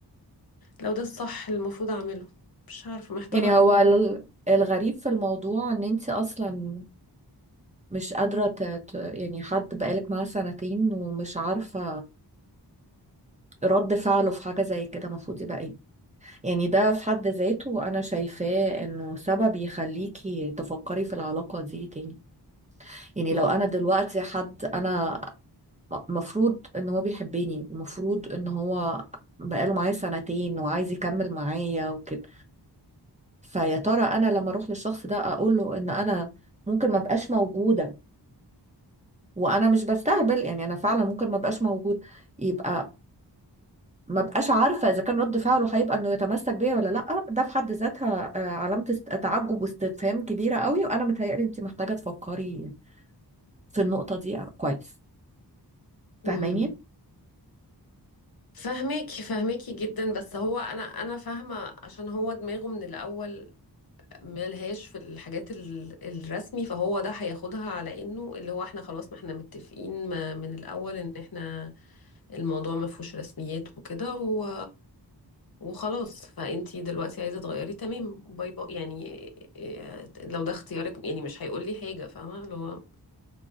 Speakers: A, on the left; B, on the right.
A: لو ده الصح اللي المفروض اعمله مش عارفة محتارة
B: يعني
A: قوي
B: هو ال- الغريب في الموضوع ان انت اصلا مش قادرة ت... ت... يعني حد بقالك معاه سنتين ومش عارفة رد فعله في حاجة زي كده المفروض يبقى ايه يعني ده في حد ذاته انا شايفاه انه سبب يخليكي تفكري في العلاقة دي تاني يعني
A: امم
B: لو انا دلوقتي حد انا المفروض ان هو بيحبني المفروض ان هو بقاله معايا سنتين وعايز يكمل معايا وكده فيا ترى انا لما اروح للشخص ده اقول له ان انا ممكن ما بقاش موجوده وانا مش بستهبل يعني انا فعلا ممكن ما بقاش موجود يبقى ما بقاش عارفه اذا كان رد فعله هيبقى انه يتمسك بيا ولا لا ده في حد ذاتها آه، علامه است- تعجب واستفهام كبيره قوي وانا متهيألي انت محتاجه تفكري في النقطه دي كويس فاهماني
A: امم فهماكي فهماكي جدا بس هو انا انا فاهمه عشان هو دماغه من الاول ملهاش في الحاجات ال- الرسمي فهو ده هياخدها على انه اللي هو احنا خلاص ما احنا متفقين ما- من الاول ان احنا الموضوع ما فيهوش رسميات وكده و... وخلاص فانتي دلوقتي عايزة تغيري تمام باي باي يعني إيه- لو ده اختيارك يعني مش هيقول لي حاجة فاهمة اللي هو